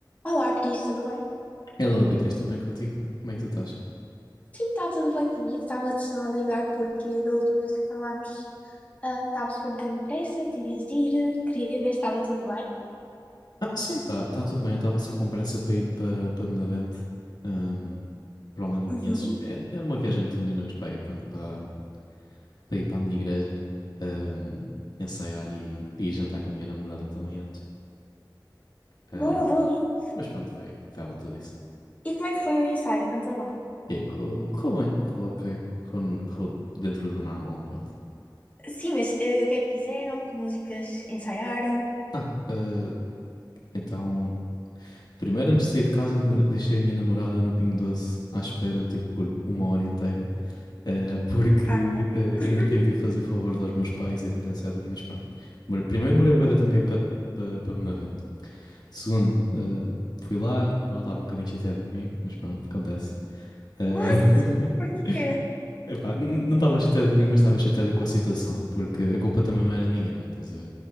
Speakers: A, on the left; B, on the left.
A: Olá, Cris, tudo bem?
B: Hello, Beatriz, tudo bem contigo? Como é que tu estás?
A: Sim, está tudo bem comigo. Estava-te só a ligar porque da última vez que falámos, ah, estavas com um bocadinho de pressa, tinhas de ir, queria ver se estava tudo bem.
B: Ah, sim, está tá, tá tudo bem. Eu estava só com pressa para ir para para Benavente. Ahm, provavelmente não conheces.
A: Uhum.
B: É, é uma viagem de 20 minutos para ir, pronto, para, para ir para a minha igreja, ahm, ensaiar e, e ir jantar com a minha namorada também antes. Ah,
A: Boa, boa, boa.
B: mas pronto, foi, foi à volta disso.
A: E como é que foi o ensaio? Conta lá.
B: E correu, correu bem, correu ok, correu, correu dentro do normal, pronto.
A: Sim, mas eh, o que é que fizeram? Que músicas ensaiaram?
B: Ah, ah, ah, então Primeiro, antes de sair de casa, demor- deixei a minha namorada no Pingo Doce à espera, tipo, por uma hora inteira, eh, porque
A: Ah,
B: eh,
A: <laughs>
B: ainda tive de ir fazer favores aos meus pais, etc, etc. Mas pronto. Demorei- Primeiro, demorei bué também para me avento. Segundo, eh, fui lá, ela estava um bocadinho chateada comigo, mas pronto, acontece. Eh,
A: What?
B: <laughs>
A: Porquê?
B: epá, n- não estava chateada comigo, mas estava chateada com a situação, porque a culpa também não era minha, né? Estás a ver?